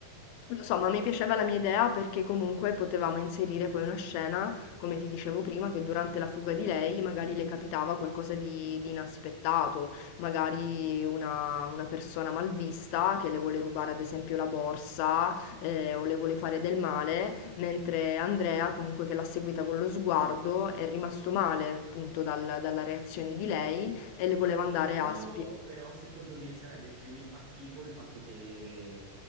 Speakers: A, on the left; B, on the right.
A: Lo so, ma mi piaceva la mia idea perché comunque potevamo inserire poi una scena, come ti dicevo prima, che durante la fuga di lei magari le capitava qualcosa di, di inaspettato, magari una, una persona malvista che le vuole rubare ad esempio la borsa eh, o le vuole fare del male, mentre Andrea comunque che l'ha seguita con lo sguardo è rimasto male appunto dal- dalla reazione di lei e le voleva andare
B: Bello,
A: a spiegare.
B: però secondo me sarebbe più impattivo il fatto che